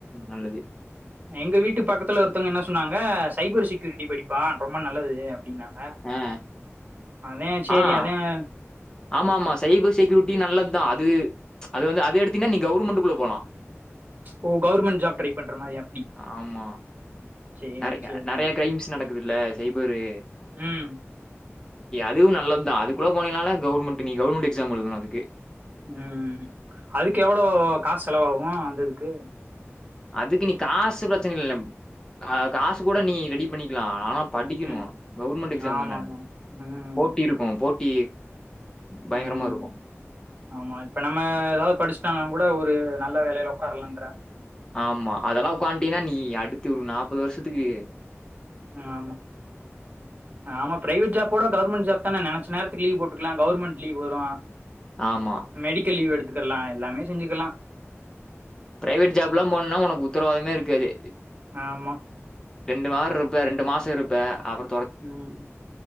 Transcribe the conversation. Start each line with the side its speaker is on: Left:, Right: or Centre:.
Left: நல்லது
Right: எங்க வீட்டு பக்கத்துல ஒருத்தவங்க என்ன சொன்னாங்க சைபர் செக்யூரிட்டி படிப்பா ரொம்ப நல்லது அப்படின்னாங்க ஹ
Left: ஆ
Right: அதான் சரி
Left: ஆ
Right: அதான்
Left: ஆமா ஆமா சைபர் செக்யூரி டி நல்லத் தான் அது அது வந்து அது எடுத்தீன்னா நீ கவுர்மெண்ட்குள்ள போலா
Right: ஓ கவர்மெண்ட் ஜாப் ட்ரை பண்ற மாரி அப்டி
Left: ஆமா.
Right: சேர்
Left: நெறைய
Right: செர்
Left: நெறைய
Right: செர்
Left: கிரைம்ஸ் நடக்குதுல்ல. சைபரு
Right: ம்
Left: அதுவு நல்ல தான் அதுக்குள்ள போனினாலே கவுர்மென்ட்டு நீ கவுர்மெண்ட் எக்ஸாம் எழுதனு அதுக்கு
Right: ம் அதுக்கு எவ்வளோ காசு செலவாகு அந்ததுக்கு
Left: அதுக்கு நீ காசு பிரச்சனை இல்ல அ காசு கூட நீ ரெடி பண்ணிக்லா ஆனா படிக்கணு
Right: ம்
Left: கவுர்மெண்ட் எக்ஸாம்
Right: ஆமா
Left: தான
Right: ஆமா ம்
Left: போட்டி இருக்கும் போட்டி பயங்கரமா
Right: ம்
Left: இருக்கும்
Right: ஆமா இப்ப நம்ம ஏதாவது படிச்சுட்டானா கூட ஒரு நல்ல வேலையில உட்கார்லான்ற
Left: ஆமா அதெல்லா உட்கான்ட்டீனா நீ அடுத்து ஒரு நாப்பது வர்ஷத்துக்கு
Right: ம் ஆமா ஆமா ப்ரைவட் ஜாப்போட கவுர்மெண் ஜாப் தான நெனச்ச நேர த்ரீ போட்டு ல்லாம் கவுர்மெண்ட் லீவ் வரு
Left: ஆமா.
Right: மெடிக்கல் லீவ் எடுத் க்கர்லா எல்லாமே செஞ்சுக்கலா
Left: ப்ரைவட் ஜாப் ல்லாம் போண்ணா ஒனக்கு உத்தரவாதமே இருக்காது
Right: ஆமா
Left: ரெண்டு வார் ருப்ப ரெண்டு மாசொ இருப்ப அப்ற
Right: ம்